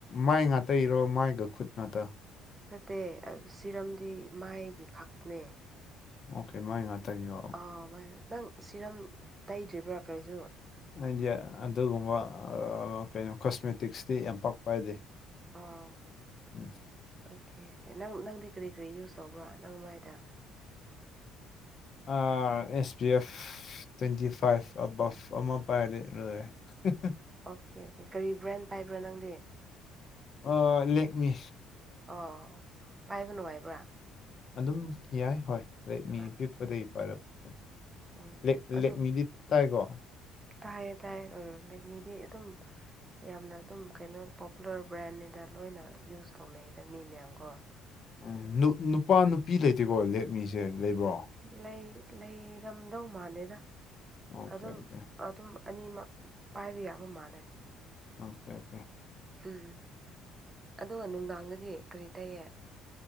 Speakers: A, on the left; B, on the right.
A: ꯃꯥꯏ ꯉꯥꯛꯇ ꯏꯔꯣ ꯃꯥꯏꯒ ꯈꯨꯠ ꯉꯥꯛꯇ
B: ꯅꯠꯇꯦ ꯑ ꯁꯤꯔꯝꯗꯤ ꯃꯥꯏꯒꯤ ꯈꯛꯇꯅꯦ
A: ꯑꯣꯀꯦ ꯃꯥꯏ ꯉꯥꯛꯇꯒꯤꯀꯣ
B: ꯑꯥꯎ ꯃꯥꯥꯏ ꯈꯛ ꯅꯪ ꯁꯤꯔꯝ ꯇꯩꯗ꯭ꯔꯤꯕ꯭ꯔꯥ ꯀꯔꯤꯅꯣ
A: ꯑꯩꯗꯤ ꯑꯗꯨꯒꯨꯝꯕ ꯑ ꯀꯩꯅꯣ ꯀꯣꯁꯃꯦꯇꯤꯛꯁꯇꯤ ꯌꯥꯝ ꯄꯥꯛ ꯄꯥꯏꯗꯦ
B: ꯑꯥ
A: ꯎꯝ
B: ꯑꯣꯀꯦ ꯀꯦ ꯅꯪ ꯅꯪꯗꯤ ꯀꯔꯤ ꯀꯔꯤ ꯌꯨꯁ ꯇꯧꯕ꯭ꯔꯥ ꯅꯪ ꯃꯥꯏꯗ
A: ꯑ S P F twenty five ꯑꯕꯞ ꯑꯃ ꯄꯥꯏꯔꯦ ꯂꯣꯏꯔꯦ <unintelligible>
B: ꯑꯣꯀꯦ ꯑꯣꯀꯦ ꯀꯔꯤ ꯕ꯭ꯔꯦꯟ ꯄꯥꯏꯕ꯭ꯔꯥ ꯅꯪꯗꯤ
A: ꯑꯥ ꯂꯦꯛꯃꯤ
B: ꯑꯣ ꯄꯥꯏꯕ ꯅꯨꯡꯉꯥꯏꯕ꯭ꯔꯥ
A: ꯑꯗꯨꯝ ꯌꯥꯏ ꯍꯣꯏ ꯂꯦꯛꯃꯤ
B: ꯑꯣꯀꯦ
A: ꯄꯤꯛꯄꯗꯒꯤ ꯄꯥꯏꯔꯛꯄ
B: ꯎꯝ
A: ꯂꯦꯛ
B: ꯑꯗꯨ
A: ꯂꯦꯛꯃꯤꯗꯤ ꯇꯥꯏꯀꯣ
B: ꯇꯥꯏꯌꯦ ꯇꯥꯏꯌꯦ ꯎꯝ ꯂꯦꯛ ꯃꯤꯗꯤ ꯑꯗꯨꯝ
A: <inaudible>
B: ꯌꯥꯝꯅ ꯑꯗꯨꯝ ꯀꯩꯅꯣ ꯄꯣꯄꯨꯂꯔ ꯕ꯭ꯔꯥꯟꯅꯤꯗ ꯂꯣꯏꯅ ꯌꯨꯁ ꯇꯧꯅꯩꯗ ꯃꯤ ꯃꯌꯥꯝꯀꯣ
A: ꯎꯝ ꯅꯨꯄꯥ ꯅꯨꯄꯤ ꯂꯩꯇꯦꯀꯣ ꯂꯦꯛꯃꯤꯁꯦ ꯂꯩꯕ꯭ꯔꯣ
B: ꯂꯩ ꯂꯩꯔꯝꯗꯧ ꯃꯥꯜꯂꯦꯗ
A: ꯑꯣꯀꯦ
B: ꯑꯗꯨꯝ
A: ꯑꯣꯀꯦ
B: ꯑꯗꯨꯝ ꯑꯅꯤꯃꯛ ꯄꯥꯏꯕ ꯌꯥꯕ ꯃꯥꯜꯂꯦ
A: ꯑꯣꯀꯦ ꯑꯣꯀꯦ
B: ꯎꯝ ꯑꯗꯨꯒ ꯅꯨꯡꯗꯥꯡꯗꯗꯤ ꯀꯔꯤ ꯇꯩꯌꯦ